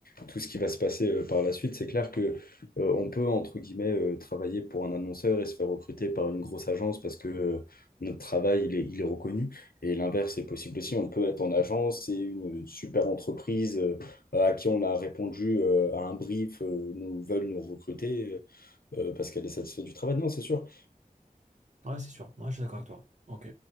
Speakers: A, on the left; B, on the right.
A: tout ce qui va se passer euh, par la suite. C'est clair que euh, on peut entre guillemets euh, travailler pour un annonceur et se faire recruter par une grosse agence parce que euh, notre travail il est, il est reconnu. Et l'inverse est possible aussi. On peut être en agence et une super entreprise euh, à qui on a répondu euh, à un brief euh, nous veulent nous recruter euh, parce qu'elle est satisfaite du travail. Non, c'est sûr.
B: Ouais, c'est sûr. Ouais, je suis d'accord avec toi. Ok.